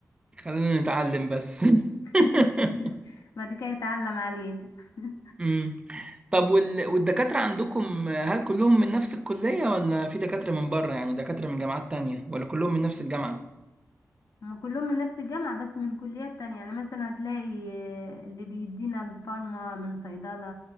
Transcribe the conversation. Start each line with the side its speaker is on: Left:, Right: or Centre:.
Right: خلينا نتعلم بس <laughs>
Left: <laughs> بعد كده يتعلم علينا <laughs>
Right: امم طب وال... والدكاتره عندكم هل كلهم من نفس الكليه ولا في دكاتره من بره يعني دكاتره من جامعات تانية ولا كلهم من نفس الجامعه
Left: هما كلهم من نفس الجامعة بس من كليات تانية يعني مثلا هتلاقي آه، اللي بيدينا الفارما من صيدلة